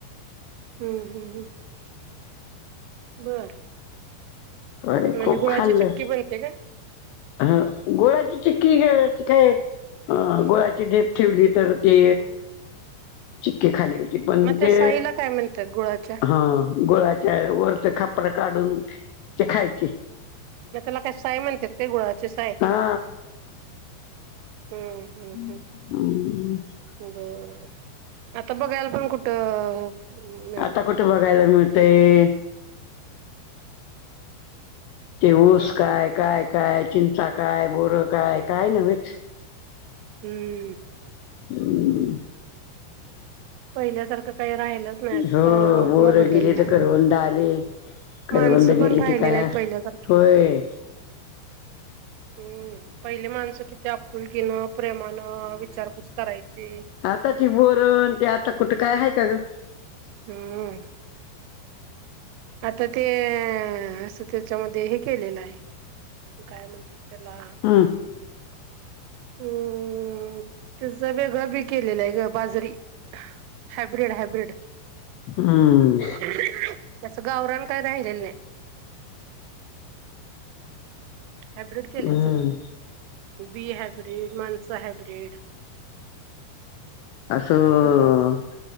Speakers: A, on the right (about 90°); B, on the left (about 85°).
A: हम्म हम्म ह् बर
B: होय
A: म्हणजे
B: खूप
A: गुळाची
B: खाल्लं
A: चिक्की बनते का
B: ह गोळाची चिक्की काय गोळाची ढेप ठेवली तर ते चिक्की खाली होती पण
A: मग त्या
B: ते
A: साईला काय म्हणतात गुळाच्या?
B: हा गोळा त्या वरच खपर काढून ते खायचे
A: मग त्याला काय साय म्हणतात काय गुळाची साय
B: हा
A: हम्म हम्म
B: हम्
A: हम्म बर आता बघायला पण कुठं- मिळत
B: आता कुठे
A: नाही.
B: बघायला मिळतय ते ऊस
A: हम्म
B: काय काय काय चिंचा काय बोरं काय काय नव्हेच
A: हम्म
B: ह
A: पहिल्यासारखं काही राहिलच नाहीता
B: हो
A: सगळं
B: बोरं
A: बदललं
B: गेली तर करवंद आले करवंद
A: माणस
B: गेली
A: पण राहिले
B: की काय
A: नाहीत पहिल्यासारखे
B: होय
A: हम्म पहिले माणसं किती आपुलकीनं प्रेमानं विचारपूस करायची
B: आता ती बोरन ती आता कुठं काय आहे का ग
A: हम्म आता ते असं त्याच्यामध्ये हे केलेलं आहे काय म्हणतेात त्याला
B: हम्म
A: हम्. तिज वेगळं बी केलेल हाय गं बाजारी हाॅब्रीड हाॅब्रीड
B: हम्म.
A: त्याच गावरान काय राहिलेलं नाही. हायब्रीड केलेय
B: हम्म
A: सगळं बी हायब्रीड माणसं हायब्रीड.
B: आसं.
A: सगळं